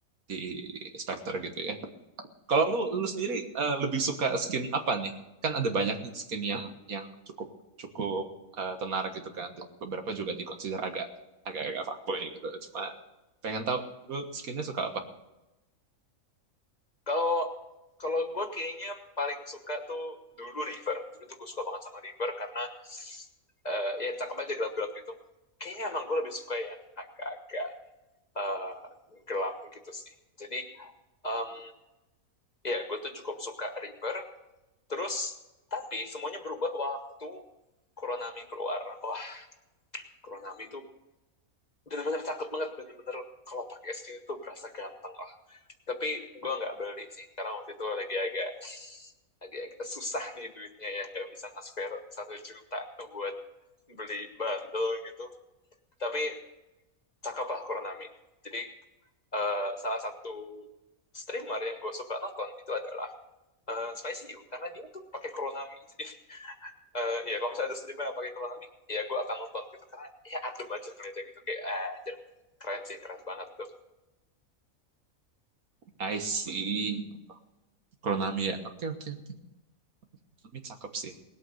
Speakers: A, on the right; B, on the left.
A: di Spectre gitu ya. Kalau lu lu sendiri eh, lebih suka skin apa nih? Kan ada banyak nih skin yang yang cukup cukup eh, tenar gitu kan dan beberapa juga dikonsider agak agak agak fuckboy gitu. Cuma pengen tahu lu skinnya suka apa?
B: kalau kalau gue kayaknya paling suka tuh dulu River dulu tuh gue suka banget sama River karena eh, ya cakep aja gelap-gelap gitu kayaknya emang gue lebih suka yang agak-agak eh, gelap gitu sih jadi em, ya gue tuh cukup suka River Terus, tapi semuanya berubah waktu Kuronami keluar. Wah, Kuronami itu benar-benar cakep banget. benar-benar kalau pakai skin itu berasa ganteng lah. Tapi gue nggak beli sih, karena waktu itu lagi agak lagi agak susah nih duitnya ya. Nggak bisa nge-spare satu juta buat beli bundle gitu. Tapi cakep lah Kuronami. Jadi, eh, salah satu streamer yang gue suka nonton itu adalah eh, Spicy You. Karena dia tuh pakai Kuronami. Jadi, eh ya kalau misalnya ada streamer yang pakai Kurosami, ya gue akan nonton gitu karena ya adem aja ngeliatnya gitu kayak ah, anjir keren sih keren banget tuh.
A: I see. Kuronami ya. Oke oke. Kuronami cakep sih.